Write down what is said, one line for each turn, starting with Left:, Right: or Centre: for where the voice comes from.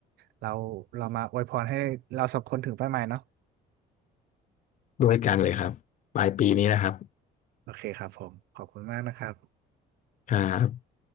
Right: เราเรามาอวยพรให้เราสองคนถึงเป้าหมายเนาะ
Left: ด้วยกันเลยครับปลายปีนี้นะครับ
Right: โอเคครับผมขอบคุณมากนะครับ
Left: ครับ